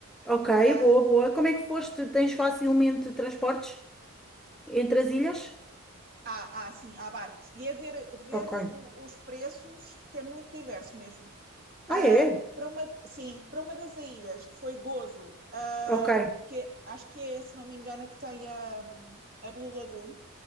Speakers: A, in the centre; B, on the right.
A: Ok,
B: uh,
A: boa, boa. Como é que foste? Tens facilmente transportes entre as ilhas?
B: há, há, assim, há barcos, e é ver, ver
A: Ok.
B: o, os preços, porque é muito diverso mesmo.
A: Ah,
B: Uh,
A: é?
B: para uma, sim, para uma das ilhas, que foi Gozo, uh,
A: Ok.
B: que é- acho que é, se não me engano, a que tem a, a Blue Lagoon,